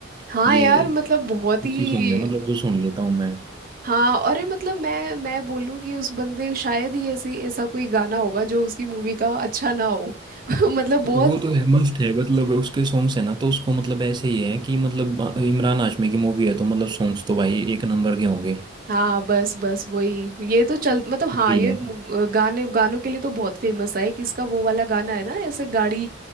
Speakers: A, on the right; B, on the right.
A: हाँ
B: ये
A: यार मतलब बहुत ही
B: अच्छी सॉन्ग है मतलब जो सुन लेता हूँ मैं
A: हाँ और ये मतलब मैं मैं बोलूँ कि उस बंदे शायद ही ऐसी ऐसा कोई गाना होगा जो उसकी मूवी का अच्छा ना हो <laughs> मतलब बहुत
B: वो तो है मस्त है मतलब उसके सॉन्ग्स है ना तो उसको मतलब ऐसे ही है कि मतलब इमरान हाशमी की मूवी है तो मतलब सॉन्ग्स तो भाई एक नंबर के होंगे
A: हाँ बस बस वही ये तो चल मतलब हाँ
B: वही
A: ये
B: है
A: मु- गाने गानों के लिए तो बहुत फेमस है कि इसका वो वाला गाना है ना ऐसे गाड़ी